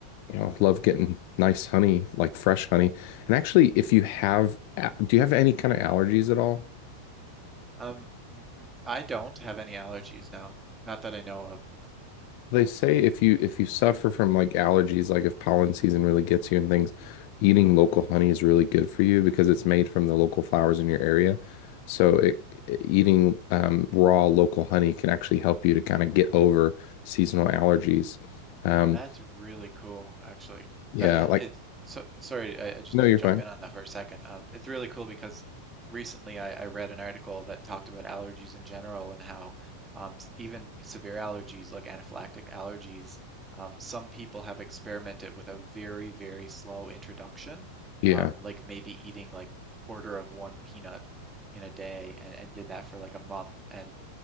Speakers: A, on the left (about 45°); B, on the right (about 15°).
A: know, love getting nice honey, like fresh honey. And actually, if you have, a- do you have any kind of allergies at all?
B: Um, n- I don't have any allergies, no, not that I know of.
A: They say if you if you suffer from like allergies, like if pollen season really gets you and things, eating local honey is really good for you because it's made from the local flowers in your area. So it, e, eating um, raw local honey can actually help you to kind of get over seasonal allergies. Um,
B: That's really cool, actually.
A: yeah,
B: That uh,
A: like
B: it's so sorry, I, I just
A: no,
B: need
A: you're
B: to jump
A: fine.
B: in on that for a second. Um, it's really cool because recently I, I read an article that talked about allergies in general and how um, s- even severe allergies like anaphylactic allergies, um, some people have experimented with a very, very slow introduction,
A: Yeah,
B: um, like maybe eating like quarter of one peanut in a day and, and did that for like a month. And